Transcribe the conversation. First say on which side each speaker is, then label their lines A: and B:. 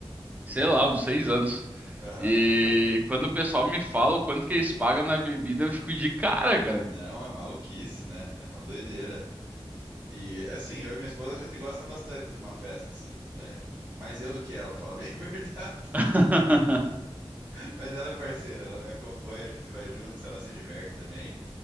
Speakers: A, on the right; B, on the right.
A: sei lá, uns seis anos.
B: Aham.
A: E quando o pessoal me fala o quanto que eles pagam na bebida, eu fico de cara, cara.
B: Não, é maluquice, né? É uma doideira. E assim, eu e minha esposa a gente gosta bastante de uma festa, assim, é. Mais eu do que ela, pra falar bem <laughs> a verdade.
A: <laughs>
B: Mas ela é parceira, ela me acompanha, a gente vai juntos, ela se diverte também.